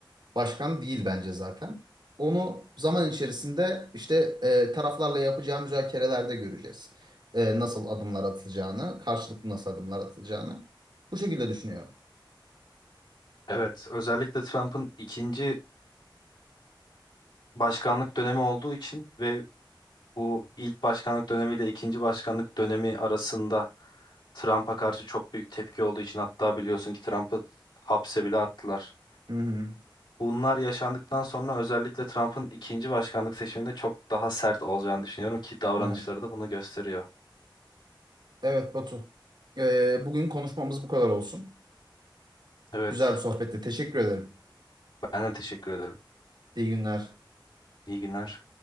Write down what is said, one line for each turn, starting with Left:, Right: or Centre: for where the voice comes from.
Right: başkan değil bence zaten. Onu zaman içerisinde işte e, taraflarla yapacağı müzakerelerde göreceğiz. E, nasıl adımlar atılacağını, karşılıklı nasıl adımlar atılacağını. Bu şekilde düşünüyorum.
Left: Evet, özellikle Trump'ın ikinci başkanlık dönemi olduğu için ve bu ilk başkanlık dönemiyle ikinci başkanlık dönemi arasında Trump'a karşı çok büyük tepki olduğu için hatta biliyorsun ki Trump'ı hapse bile attılar.
Right: Hı hı.
Left: Bunlar yaşandıktan sonra özellikle Trump'ın ikinci başkanlık seçiminde çok daha sert olacağını düşünüyorum ki davranışları
Right: Evet.
Left: da bunu gösteriyor.
Right: Evet Batu. Ee, bugün konuşmamız bu kadar olsun.
Left: Evet,
Right: Güzel bir sohbette. Teşekkür ederim.
Left: ben de teşekkür ederim.
Right: İyi günler.
Left: İyi günler.